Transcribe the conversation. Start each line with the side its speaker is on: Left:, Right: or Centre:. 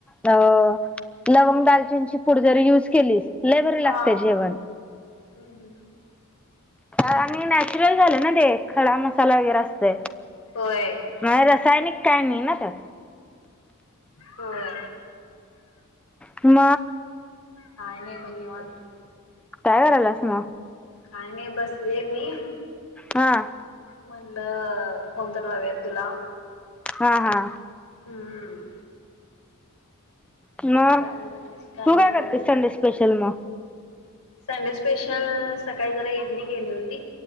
Centre: अ लवंग, दालचिनची पूड जरी यूज केली लय भारी
Left: हा
Centre: लागते जेवण
Left: हम्म हम्म.
Centre: आणि नॅचरल झाले ना, देख खडा मसाला वगैरे असतय
Left: होय
Centre: नाही रसायनिक काय नाही ना त्यात
Left: होय
Centre: म
Left: काय नाही ब निवांत.
Centre: काय करायला असं ना?
Left: काय नाही बसले मी.
Centre: हा
Left: म्हणलं फोन तर लावेन तुला
Centre: हा हा
Left: हम्म
Centre: म
Left: काय
Centre: तू
Left: म्हणतेस नाही
Centre: काय
Left: बघ.
Centre: करते? संडे स्पेशल म
Left: संडे स्पेशल, सकाळी जरा इडली केली होती.